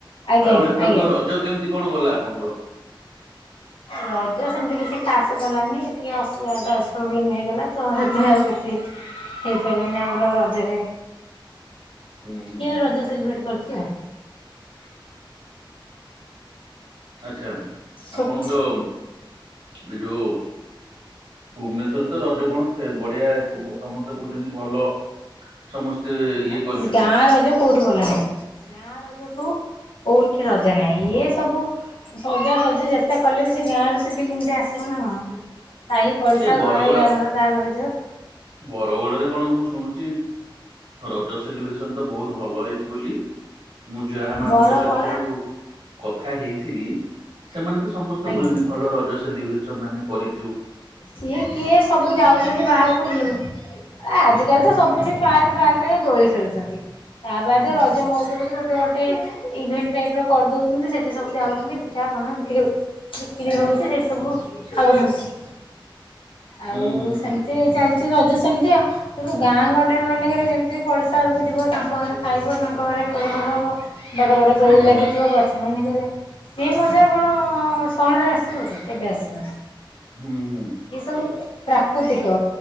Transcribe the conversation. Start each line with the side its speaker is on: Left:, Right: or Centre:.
Left: ଆଜ୍ଞା
Right: ଆଉ ଏଥରକ
Left: ଆଜ୍ଞା
Right: ରଜ କେମିତି କଣ ଗଲା ଆପଣଙ୍କର?
Left: ରଜ ସେମିତି କିଛି କାସ୍ ଗଲାନି ଟିକେ ଅସୁବିଧା ଗ୍ୟାସ ପ୍ରୋବ୍ଲେମ୍ ହେଇଗଲା ତ ସେଥିପାଇଁ ଆଉ କିଛି ହେଇପାଇଲାନି ଆମର ରଜରେ
Right: ହୁଁ ହୁଁ
Left: ଝିଅ
Right: ହୁଁ
Left: ରଜ ସେଲିବ୍ରେଟ କରିଛି ଆଉ।
Right: ଆଛା
Left: ଛୋଟ
Right: ଆପଣଙ୍କର ଏ ଯୋଉ ଭୁବନେଶ୍ୱରରେ ତ ରଜ କଣ ଫେ ବଢିଆ ସମସ୍ତେ କହୁଛନ୍ତି ଭଲ। ସମସ୍ତେ
Left: ହଁ
Right: ଇଏ କରିଛନ୍ତି।
Left: କିଛି ଗାଁ ରଜ କୋଉଠି ଭଲ ନାହିଁ ଗାଁ ରଜଠୁ କୋଉଠି ରଜ ନାହିଁ ଇଏ ସବୁ ସଜା ସଜି ଯେତେ କଲେ ବି ସେ ଗାଁ ର ସେ ଫିଲିଙ୍ଗଟା ଆସିବ ନା କଣ? ସାହି ପଡିଶା
Right: ଏ ବରଗଡ
Left: ଘର ୟା ଘର ତା ଘର ଯିଵ।
Right: ବରଗଡରେ କଣ ମୁଁ ଶୁଣୁଛି ରଜ ସେଲିବ୍ରେସନ ତ ବହୁତ ଭଲ ହେଇଛି ବୋଲି। ମୁଁ ଯାହା ମାନଙ୍କ
Left: ବର
Right: ସହିତ
Left: କଡା
Right: ସବୁ କଥା ହେଇଥିଲି ସେମାନେ ତ ସମ ଛନ୍ତି
Left: ଆଜ୍ଞା
Right: ଭଲ ରଜ ସେଲିବ୍ରେସନ ଆମେ କରି
Left: ସିଏ କିଏ ସବୁ ଯାଉଛନ୍ତି ବାହାରକୁ ବୁଲିବ ଏ ଆଜିକାଲି ତ ସବୁଠି ପାର୍କ ଫାର୍କରେ ଦୋଳି ଖେଳୁଛନ୍ତି। ତା ବାଦେ
Right: ହୁଁ
Left: ରଜ ମଉଜ ବୋଲି ଗୋଟେ ଗୋଟେ ଇଭେଣ୍ଟ ଟାଇପ ର କରିଦଉଛନ୍ତି ସେଠି ସବୁ ଯାଉଛନ୍ତି ପିଠାପଣା ବିକ୍ରି ହ ବିକ୍ରି ହଉଛି ସେ ସବୁ ଖାଉଛନ୍ତି। ଆଉ
Right: ହୁଁ ହୁଁ ହୁଁ
Left: ସେମିତି ଚାଲିଛି ରଜ ସେମିତି ଆଉ। କିନ୍ତୁ ଗାଁ ଗଣ୍ଡାରେ ମାନେଙ୍କରେ ଯେମିତି ପଡ଼ିଶା ଘରକୁ ଯିବ ତାଙ୍କ ଘରେ ଖାଇବ ତାଙ୍କ ଘରେ ପରିବର ହେବ। ବଡ଼ ବଡ଼ ଦୋଳି
Right: ହୁଁ
Left: ଲାଗିଥିବ ଗଛ ମାନଙ୍କରେ ସେ ମଜା କଣ ସହରରେ ଆସିବ କି କେବେ ଆସିବନି।
Right: ହୁଁ ହୁଁ।
Left: ଏ ସବୁ ପ୍ରାକୃତିକ